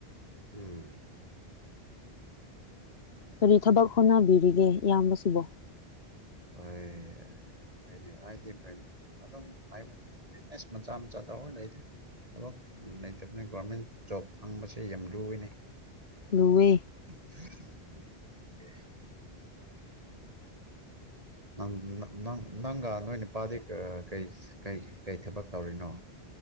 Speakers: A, on the right; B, on the left.
A: ꯎꯝ
B: ꯀꯔꯤ ꯊꯕꯛ ꯍꯣꯠꯅꯕꯤꯔꯤꯒꯦ ꯏꯌꯥꯝꯕꯁꯤꯕꯣ
A: ꯑꯩ ꯍꯥꯏꯗꯤ ꯍꯥꯏꯗꯤ ꯀꯩꯝ ꯑꯗꯨꯝ ꯍꯥꯢꯗꯤ ꯕꯤꯖꯤꯅꯦꯁ ꯃꯆꯥ ꯃꯆꯥ ꯇꯧꯔ ꯂꯩꯗ ꯊꯕꯛ ꯂꯩꯇꯕꯅꯤ ꯒꯣꯔꯃꯦꯟ ꯖꯣꯕ ꯐꯪꯕꯁꯦ ꯌꯥꯝ ꯂꯨꯏꯌꯦꯅꯦ
B: ꯨꯂꯨꯋꯦ
A: <inaudible> ꯅ- ꯅ- ꯅꯪ- ꯅꯪꯒ ꯅꯣꯏ ꯅꯨꯄꯥꯗꯤ ꯑꯥ ꯀꯩ- ꯀꯩ- ꯀꯩ- ꯊꯕꯛ ꯇꯧꯔꯤꯅꯣ